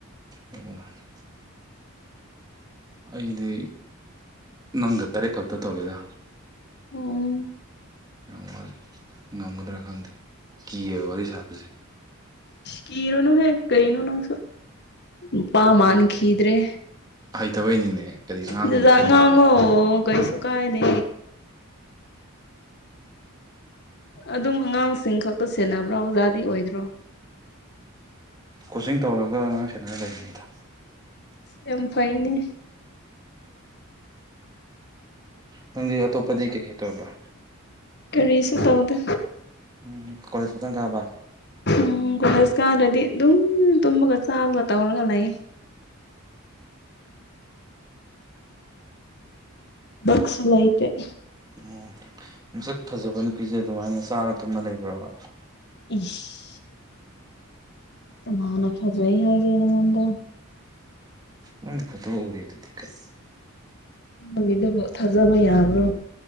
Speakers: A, on the right; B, on the left.
A: <inaudible> ꯑꯩꯗꯤ ꯅꯪꯒ ꯈꯛꯇ ꯇꯧꯔꯤꯗꯣ
B: ꯎꯝ
A: ꯌꯥꯝ ꯋꯥꯂꯦ ꯉꯝꯒꯗ꯭ꯔꯥ ꯈꯪꯗꯦ ꯀꯤꯌꯦꯕ ꯋꯥꯔꯤ ꯁꯥꯕꯁꯦ
B: ꯀꯤꯔꯅꯨ ꯍꯦ ꯀꯩꯅꯣ ꯅꯪꯁꯨ ꯅꯨꯄꯥ ꯃꯐꯝ ꯈꯈꯤꯗ ꯔꯦ
A: ꯍꯩꯇꯕꯩꯅꯤꯅꯦ ꯀꯔꯤ ꯉꯥꯡꯗꯣꯏꯅꯣ
B: ꯗꯗꯥ
A: ꯈꯪꯗꯕ
B: ꯉꯥꯉꯣ ꯀꯩꯁꯨ ꯀꯥꯏꯗꯦ ꯑꯗꯨꯝ ꯑꯉꯥꯡꯁꯤꯡ ꯈꯛꯇ ꯁꯦꯟꯅꯕ꯭ꯔꯣ ꯑꯣꯖꯥꯗꯤ ꯑꯣꯏꯗ꯭ꯔꯣ
A: ꯀꯣꯆꯤꯡ ꯇꯧꯔꯒ ꯑꯉꯥꯡ ꯁꯦꯟꯅꯔ ꯂꯩꯔꯤꯅꯤꯗ
B: ꯌꯥꯝ ꯐꯩꯅꯦ
A: ꯅꯪꯗꯤ ꯑꯇꯣꯞꯄꯗꯤ ꯀꯔꯤ ꯇꯧꯕ꯭ꯔ
B: ꯀꯔꯤꯁꯨ ꯇꯧꯗꯦ
A: ꯎꯝ ꯀꯂꯦꯖ ꯈꯤꯇꯛ ꯀꯥꯕ
B: ꯎꯝ ꯀꯂ꯭ꯔꯁꯀꯥꯗꯤ ꯑꯗꯨꯝ ꯇꯨꯝꯃꯥꯒ ꯆꯥꯕꯥ ꯇꯧꯔꯒ ꯂꯩꯌꯦ ꯕꯛꯁꯨ ꯂꯩꯇꯦ
A: ꯎꯝ ꯃꯁꯛ ꯐꯖꯕ ꯅꯨꯄꯤꯁꯦ ꯑꯗꯨꯃꯥꯏꯅ ꯆꯥꯔ ꯇꯨꯝꯃ ꯂꯩꯕ꯭ꯔꯥꯕ
B: ꯎꯝ <unintelligible> ꯃꯥꯅ ꯐꯖꯩ ꯍꯥꯏꯒꯦ ꯅꯪꯑꯣꯟꯗ
A: <unintelligible>
B: ꯎꯔꯤꯗꯨꯕꯨ ꯊꯥꯖꯕ ꯌꯥꯕ꯭ꯔꯣ